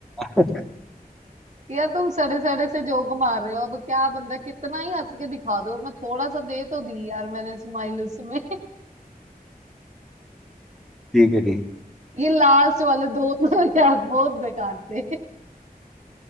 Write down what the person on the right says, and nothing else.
यार तुम सड़े सड़े से जोक मार रहे हो अब क्या बंदा कितना ही हंस के दिखा दो मैं थोड़ा सा दे तो दी यार मैंने स्माइल उसमें
ये लास्ट वाले दो तो <laughs> यार बहुत बेकार थे